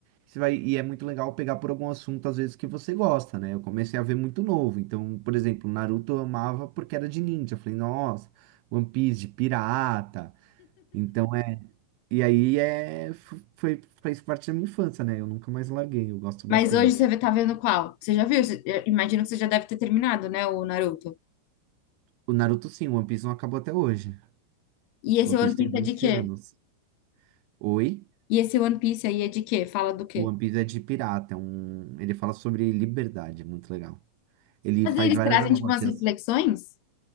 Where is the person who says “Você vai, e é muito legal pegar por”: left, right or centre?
Right